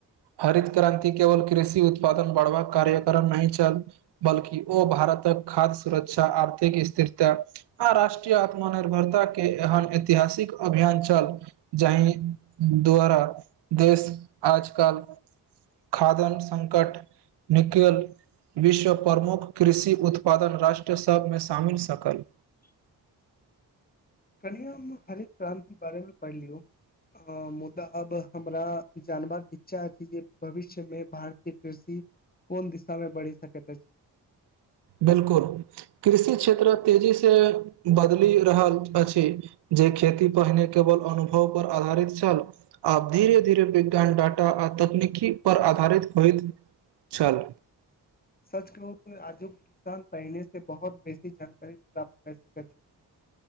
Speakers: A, on the right; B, on the left.
A: हरित क्रान्ति केवल कृषि उत्पादन बढ़बाक कार्यक्रम नहि छल, बल्कि ओ भारत। तक खाद्य सुरक्षा, आर्थिक स्थिरता आ राष्ट्रीय आत्मनिर्भरता के एहन एति ऐतिहासिक अभियान छल जाहि द्वारा। देश आज-कल खादन संकट निकेल। विश्व प्रमुख कृषि उत्पादन राष्ट्र सभमें शामिल सकल।
B: <unintelligible> कल्हिये हम हरित क्रान्ति बारेमें पढ़िलियौ। अ मुदा अब हमरा जानबाक इच्छा अछि जे भविष्यमें भारतीय कृषि। कोन दिशा में बढ़ि सकैत अछि।
A: बिल्कुल, कृषि क्षेत्र तेजी से बदलि रहल अछि। जे खेती पहिने केवल अनुभव पर आधारित छल, आब धीरे-धीरे विज्ञान डाटा। तकनीकी पर आधारित होइत छल।
B: सच कहू त आजुक किसान पहिने से बहुत बेसी जानकारी प्राप्त कर सकै छै। <unintelligible>